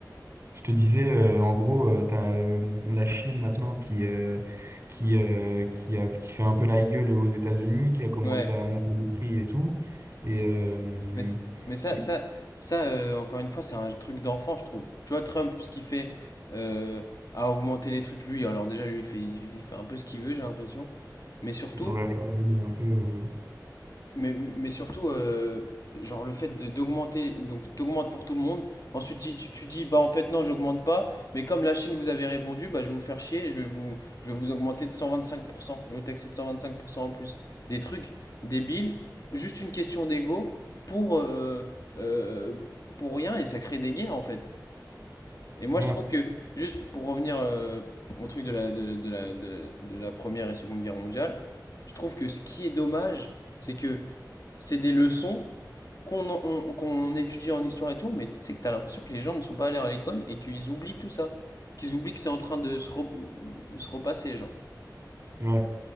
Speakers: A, on the right; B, on the left.
A: Je te disais, euh, en gros, tu as la Chine maintenant qui, euh, qui, euh, qui, a, qui fait un peu la gueule aux États-Unis, qui a commencé
B: Ouais.
A: à monter les prix et tout. Et, euh,
B: Mais, c- mais ça,
A: et-
B: ça, ça euh, encore une fois, c'est un truc d'enfant, je trouve. Tu vois, Trump, ce qu'il fait euh, à augmenter les trucs, lui, alors déjà, lui, il fait, il fait un peu ce qu'il veut, j'ai l'impression. Mais surtout,
A: ouais, ouais, lui, il est un peu. euh,
B: mais, mais surtout, euh, genre le fait de- d'augmenter, donc t'augmentes pour tout le monde. Ensuite, tu, tu- tu dis, bah en fait, non, j'augmente pas. Mais comme la Chine vous avait répondu, bah je vais vous faire chier, je vais vous, je vais vous augmenter de 125%, je vais vous taxer de 125% en plus. Des trucs débiles, juste une question d'ego pour, euh, euh, pour rien et ça crée des guerres en fait. Et moi,
A: ouais,
B: je trouve que, juste pour revenir euh, au truc de la, de, la- de la, de la de la première et seconde guerre mondiale, je trouve que ce qui est dommage, c'est que c'est des leçons qu'on on- qu'on étudie en histoire et tout, mais tu sais que t'as l'impression que les gens ne sont pas allés à l'école et qu'ils oublient tout ça. Qu'ils oublient que c'est en train de se, re- de se repasser, genre.
A: ouais,